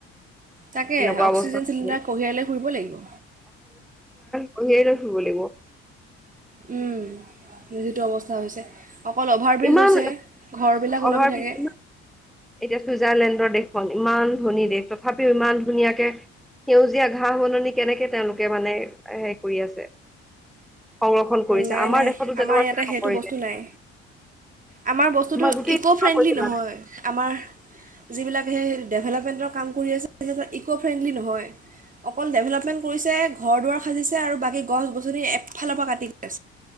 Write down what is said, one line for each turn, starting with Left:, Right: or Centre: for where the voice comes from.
Right: তাকে
Centre: তেনেকুৱা
Right: অক্সিজেন
Centre: অৱস্থা হ'ব।
Right: চিলিণ্ডাৰ কঢ়িয়াই লৈ ফুৰিব লাগিব।
Centre: অ হ দিব লাগিব
Right: উম যিটো অৱস্থা হৈছে। অকল অভাৰ ব্ৰিজ
Centre: ইমান
Right: হৈছে ঘৰবিলাক
Centre: অভাৰ
Right: ওলমি
Centre: ব্ৰিজ
Right: থাকে
Centre: ইমান এতিয়া চুইজাৰলেণ্ডৰ দেশখন ইমান ধনী দেশ তথাপিও ইমান ধুনীয়াকে সেউজীয়া ঘাঁহ বননি কেনেকে তেওঁলোকে মানে হে কৰি আছে সংৰক্ষণ কৰিছে
Right: নাই
Centre: আমাৰ
Right: নাই
Centre: দেশতো তেনেকুৱা
Right: আমাৰ ইয়াতে
Centre: কিয় নকৰিলে
Right: সেইটো বস্তু নাই আমাৰ বস্তুটো
Centre: গোটেই
Right: ইক'
Centre: চাফা
Right: ফ্ৰেণ্ডলি
Centre: কৰি পেলালে
Right: নহয় আমাৰ যিবিলাক সেই ডেভেলপমেণ্টৰ কাম কৰি আছে। তেনেকুৱা ইক' ফ্ৰেণ্ডলি নহয়। অকল ডেভেলপমেণ্ট কৰিছে ঘৰ দুৱাৰ সাজিছে। আৰু বাকী গছ গছনি ফালৰ পৰা কাটি ছে।